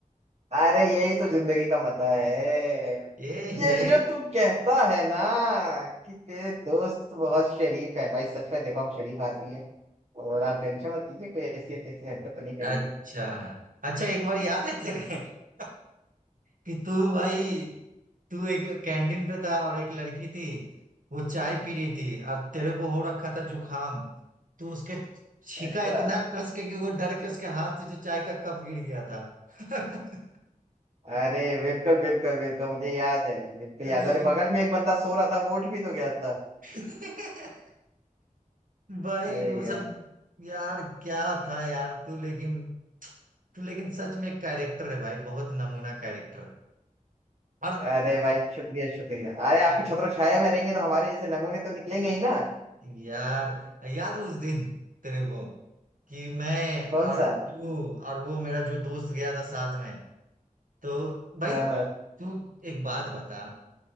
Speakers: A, on the right; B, on the right.
A: अरे यही तो जिंदगी का मजा है
B: ये
A: ये
B: है
A: जो तू कहता है ना कि तेरे दोस्त बहुत शरीफ है भाई सच में देखो हम शरीफ आदमी है और आप टेंशन मत लीजिए कोई ऐसी ऐसी हरकत तो नहीं करेंगे
B: अच्छा अच्छा एक बार याद है तेरे <laughs> कि तू भाई तू एक कैंटीन पे था और एक लड़की थी वो चाय पी रही थी और तेरे को हो रखा था जुखाम तू उसके छीका
A: अच्छा
B: इतना कस के कि वो डर के उसके हाथ से जो चाय का कप गिर गया था <laughs>
A: अरे बिल्कुल बिल्कुल बिल्कुल मुझे याद है बिल्कुल
B: अरे
A: याद है अरे बगल में एक बंदा सो रहा था वो उठ भी तो गया था
B: <laughs> भाई
A: अरे
B: वो
A: यार
B: सब यार क्या था यार तू लेकिन तू लेकिन सच में कैरेक्टर है भाई बहुत नमूना कैरेक्टर और
A: अरे भाई शुक्रिया शुक्रिया अरे आपकी
B: अरे
A: छत्र छाया में रहेंगे तो हमारे जैसे नमूने तो निकलेंगे ही ना
B: यार याद है उस दिन तेरे को कि मैं
A: कौन
B: और
A: सा
B: तू और वो मेरा जो दोस्त गया था साथ में तो भाई
A: हाँ हाँ
B: तू एक बात बता